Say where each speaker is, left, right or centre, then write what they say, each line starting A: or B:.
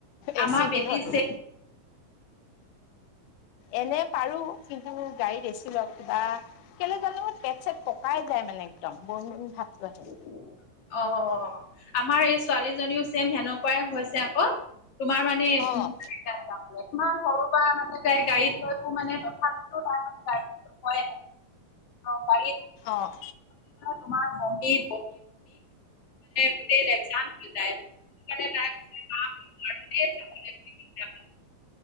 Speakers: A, on the left; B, on the left.
A: এ
B: আমাৰ
A: চি
B: বেটি
A: গোন্ধটোত
B: চে
A: এনে পাৰো কিন্তু গাড়ীত বচি ল, কিবা কেলে জানো পেট, চট পকাই যায় মানে একদম বন, বন ভাতটো আহে।
B: অ', আমাৰ এই ছোৱালীজনীও ‍চেম সেনেকুৱাই হৈছে। আকৌ তোমাৰ মানে,
A: অ',
B: <unintelligible> ইমান সৰুৰ পৰা মানেী গাড়ীত লৈ মানে তথাপিটো তাৰে গা হয়, অ, বাৰী
A: অ',
B: তোমাৰ <unintelligible> মানে গোটেই লেপচান হৈ যায়। <unintelligible>